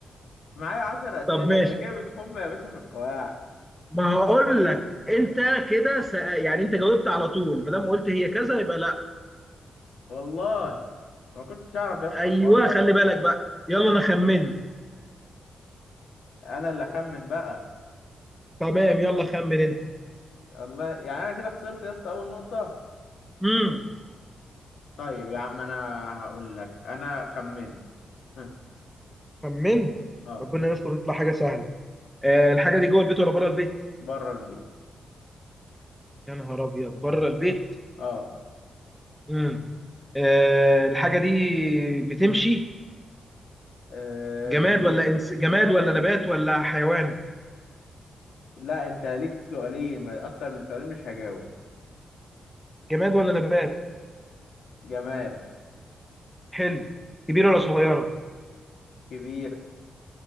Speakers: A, on the left; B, in the centre.
A: معايا عشر أسئلة
B: طب ماشي
A: أنت كده بتخم يا باشا في القواعد
B: ما هقول لك انت كده سأ... يعني انت جاوبت على طول ما دام قلت هي كذا يبقى لا
A: والله ما كنتش أعرف يا اسطى
B: ايوه
A: الحوار ده
B: خلي بالك بقى يلا انا خمنت
A: أنا اللي أخمن بقى
B: تمام يلا خمن انت
A: والله يعني أنا كده خسرت يا اسطى أول نقطة
B: امم
A: طيب يا عم أنا هقول لك أنا خمنت <laughs> ها.
B: خمنت
A: آه.
B: ربنا يستر تطلع حاجه سهله آه الحاجه دي جوه البيت ولا بره البيت
A: بره البيت
B: يا نهار ابيض بره البيت
A: اه
B: امم آه الحاجه دي بتمشي
A: آه،
B: جماد
A: بت...
B: ولا انس جماد ولا نبات ولا حيوان
A: لا انت ليك سؤالين ما- اكتر من سؤالين مش هجاوب
B: جماد ولا نبات
A: جماد
B: حلو كبيره ولا صغيره
A: كبير